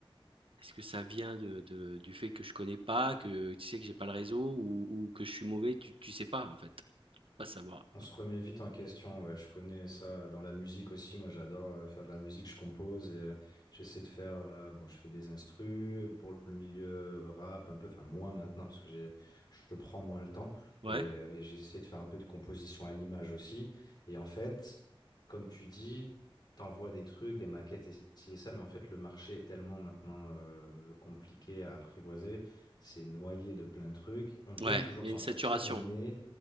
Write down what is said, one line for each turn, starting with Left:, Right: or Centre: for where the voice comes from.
Right: est-ce que ça vient de de du fait que je connais pas, que tu sais que j'ai pas le réseau ou ou que je suis mauvais?» tu tu sais pas en fait, tu peux pas savoir.
Left: On se remet vite en question, ouais. Je connais ça dans la musique aussi. Moi, j'adore euh, faire de la musique. Je compose et euh, j'essaie de faire. euh, bon, je fais des instrus pour le milieu rap un peu. Enfin, moins maintenant parce que j'ai, je prends moins le temps
Right: Ouais?
Left: et, euh, et j'essaie de faire un peu de composition à l'image aussi. Et en fait, comme tu dis, t'envoies des trucs, des maquettes et ci et ça, mais en fait, le marché est tellement maintenant euh, compliqué à apprivoiser. C'est noyé de plein de trucs. On peut
Right: Ouais,
Left: toujours
Right: il y
Left: s'en
Right: a une saturation.
Left: sortir, mais